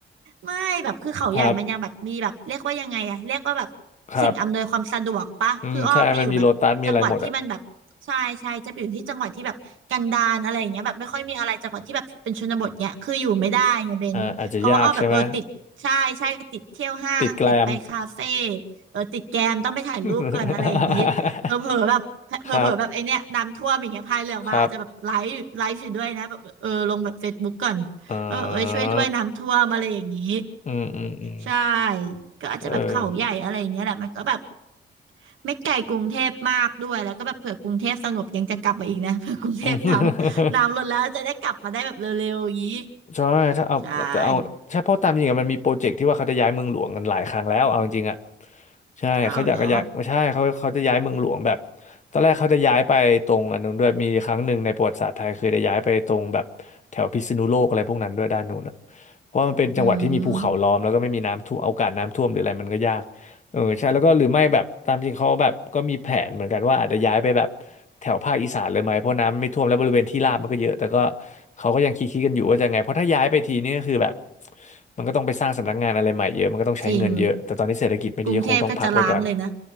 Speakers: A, on the right; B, on the left.
A: ไม่แบบคือเขาใหญ่มันยังแบบมีแบบเรียกว่ายังไงอะเรียกว่าแบบ
B: ครับครับ
A: สิ่งอำนวยความสะดวกปะคืออ้อไปอยู่แบบจังหวัดที่มันแบบใช่ใช่จะไปอยู่ที่จังหวัดที่แบบกันดารอะไรอย่างเงี้ยแบบไม่ค่อยมีอะไรจังหวัดที่แบบเป็นชนบทเนี้ยคืออยู่ไม่ได้ไงเบนเพราะว่าอ้อแบบเออติดใช่ใช่ติดเที่ยวห้างติดไปคาเฟ่
B: อืมใช่มันมีโลตัสมีอะไรหมดอ่ะอ่าอาจจะยากใช่ไหม ติดแกลม
A: เออติดแกมต้องไปถ่ายรูปก่อนอะไรอย่างงี้เผลอๆแบบเผลอๆแบบไอเนี้ยน้ำท่วมอย่างเงี้ยพายเรือออกมาอาจจะแบบไลฟ์ไลฟ์อยู่ด้วยนะแบบเออลงแบบเฟซบุ๊กก่อน
B: <laughs> ครับครับอ่า
A: ว่าแบบเออช่วยด้วยน้ำท่วมอะไรอย่างงี้
B: อืมอืมอืม
A: ใช่ ก็อาจจะแบบเขาใหญ่อะไรอย่างเงี้ยแหละมันก็แบบ
B: เออ
A: ไม่ไกลกรุงเทพมากด้วย แล้วก็แบบเผื่อกรุงเทพสงบยังจะกลับมาอีกนะ <laughs> เผื่อกรุงเทพน้ำน้ำลดแล้วจะได้กลับมาได้แบบเร็วๆอย่างนี้
B: <laughs> ใช่ถ้าเอาแต่เอาใช่เพราะตามจริงอะมันมีโปรเจกต์ที่ว่าเขาจะย้ายเมืองหลวงกันหลายครั้งแล้วเอาจริงๆอะ
A: ใช่
B: ใช่เขาอยากจะย้ายไม่ใช่เขาเขาจะย้ายเมืองหลวงแบบ
A: อ้าวเหรอ
B: ตอนแรกเขาจะย้ายไปตรงอันนู้นด้วยมีครั้งหนึ่งในประวัติศาสตร์ไทยเคยได้ย้ายไปตรงแบบแถวพิษณุโลกอะไรพวกนั้นด้วยด้านนู้นอะเพราะว่ามันเป็นจังหวัดที่มีภูเขาล้อมแล้วก็ไม่มีน้ำท่วมโอกาสน้ำท่วมหรืออะไรมันก็ยาก
A: อืม
B: เออใช่แล้วก็หรือไม่แบบตามจริงเขาแบบก็มีแผนเหมือนกันว่าอาจจะย้ายไปแบบแถวภาคอีสานเลยไหมเพราะน้ำไม่ท่วมแล้วบริเวณที่ราบมันก็เยอะแต่ก็เขาก็ยังคิดคิดกันอยู่ว่าจะไงเพราะถ้าย้ายไปทีนี่ก็คือแบบมันก็ต้องไปสร้างสำนักงานอะไรใหม่เยอะมันก็ต้องใช้เงินเยอะแต่ตอนนี้เศรษฐกิจไม่ดีก็คงต้องพักไว้ก่อน
A: จริงกรุงเทพก็จะล้างเลยนะ